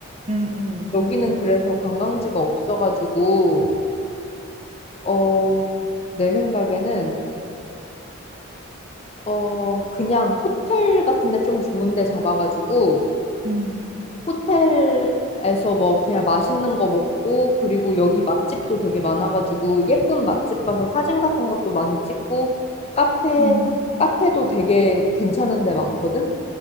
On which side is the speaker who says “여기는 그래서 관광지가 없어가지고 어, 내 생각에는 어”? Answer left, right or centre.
Left